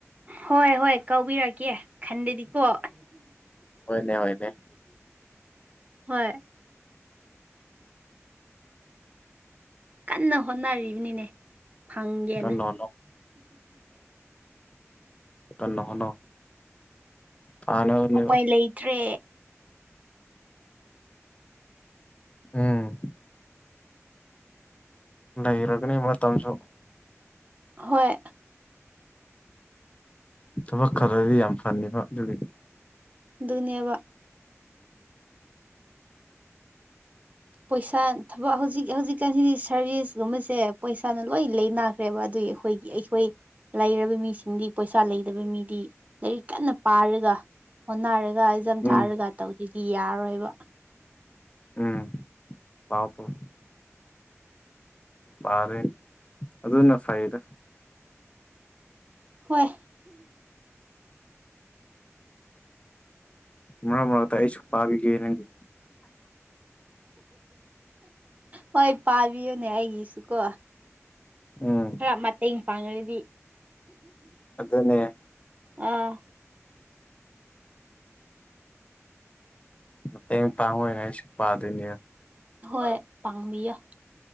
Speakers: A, on the right (about 30°); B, on the left (about 25°).
A: ꯍꯣꯏ ꯍꯣꯏ ꯀꯧꯕꯤꯔꯛꯀꯦ ꯈꯥꯟꯗꯗꯤꯀꯣ
B: ꯍꯣꯏꯅꯦ ꯍꯣꯏꯅꯦ
A: ꯍꯣꯏ ꯀꯥꯟꯅ ꯍꯣꯠꯅꯔꯤꯕꯅꯤꯅꯦ ꯐꯪꯒꯦꯅ
B: ꯀꯟꯅ ꯍꯣꯠꯅꯧ ꯀꯥꯟꯅ ꯍꯣꯠꯅꯧ ꯐꯥꯅꯕꯅꯦꯕ
A: ꯎꯄꯥꯏ ꯂꯩꯇ꯭ꯔꯦ
B: ꯑꯝ ꯂꯩꯔꯒꯅꯤ ꯃꯇꯝꯁꯨ
A: ꯍꯣꯏ
B: ꯊꯕꯛ ꯈꯥꯜꯂꯗꯤ ꯌꯥꯝ ꯐꯅꯤꯕ ꯑꯗꯨꯒꯤ
A: ꯗꯨꯅꯦꯕ ꯄꯩꯁꯥ ꯊꯕꯛ ꯍꯧꯖꯤꯛ ꯍꯧꯖꯤꯛꯀꯥꯟꯁꯤꯗꯤ ꯁꯔꯚꯤꯁꯒꯨꯝꯕꯁꯦ ꯄꯩꯁꯥꯅ ꯂꯣꯏ ꯂꯩ ꯈ꯭ꯔꯦꯕ ꯑꯗꯨꯒꯤ ꯑꯩꯈꯣꯏꯒꯤ ꯑꯩꯈꯣꯏ ꯂꯩꯔꯕ ꯃꯤꯁꯤꯡꯗꯤ ꯄꯩꯁꯥ ꯂꯩꯗꯕ ꯃꯤꯗꯤ ꯂꯥꯏꯔꯤꯛ ꯀꯥꯟꯅ ꯄꯥꯔꯒ ꯍꯣꯠꯅꯔ ꯑꯦꯖꯝ
B: ꯎꯝ
A: ꯊꯥꯔꯒ ꯇꯧꯗ꯭ꯔꯗꯤ ꯌꯥꯔꯣꯏꯕ
B: ꯎꯝ ꯄꯥꯎ ꯄꯥꯎ ꯄꯥꯔꯦ ꯑꯗꯨꯅ ꯐꯩꯗ
A: ꯍꯣꯏ
B: ꯃꯔꯛ ꯃꯔꯛꯇ ꯑꯩꯁꯨꯨꯝ ꯄꯥꯕꯤꯒꯦ ꯅꯪꯒꯤ
A: ꯍꯣꯏ ꯄꯥꯕꯤꯌꯨꯅꯦ ꯑꯩꯒꯤꯁꯨꯀꯣ
B: ꯎꯝ
A: ꯈꯔ ꯃꯇꯦꯡ ꯄꯥꯡꯉꯒꯗꯤ
B: ꯑꯗꯨ ꯑꯗꯨꯅꯦ
A: ꯑꯣ
B: ꯃꯇꯦꯡ ꯄꯥꯡ ꯑꯣꯏꯅ ꯑꯩꯁꯨ ꯄꯥꯗꯣꯏꯅꯦ
A: ꯍꯣꯏ ꯄꯥꯡꯕꯤꯌꯣ